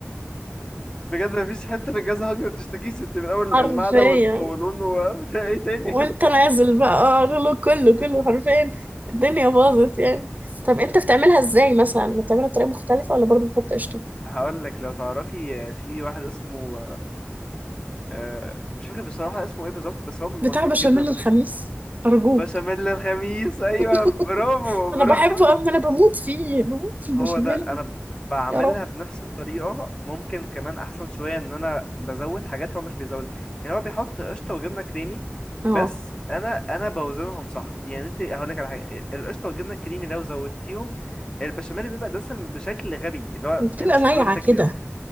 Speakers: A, on the left; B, on the right.
A: <laughs> بجد مفيش حته في الجهاز الهضمي ما بتشتكيش انت من اول
B: حرفيا
A: المعده والقولون وفي ايه تاني
B: وانت
A: <laughs>
B: نازل بقى اقرا له كله كله حرفيا الدنيا باظت يعني طب انت بتعملها ازاي مثلا بتعملها بطريقه مختلفه ولا برضو بتحط قشطه
A: هقول لك لو تعرفي في واحد اسمه آه، مش فاكر بصراحه اسمه ايه بالظبط بس هو مشهور
B: بتاع بشاميل
A: جدا
B: الخميس ارجوك
A: بشاميل الخميس ايوه
B: <laughs>
A: برافو
B: انا
A: برافو
B: بحبه قوي انا بموت فيه بموت
A: <laughs>
B: في البشاميل
A: هو ده انا بعملها
B: يا رب
A: بنفس الطريقه ممكن كمان احسن شويه ان انا بزود حاجات هو مش بيزود يعني هو بيحط قشطه وجبنه كريمي
B: اه
A: بس انا انا بوزنهم صح يعني انت هقول لك على حاجه القشطه والجبنه الكريمي لو زودتيهم البشاميل بيبقى دسم بشكل غبي اللي هو
B: وبتبقى
A: انت مش
B: مايعه
A: هتقدري تاكلي
B: كده
A: اصلا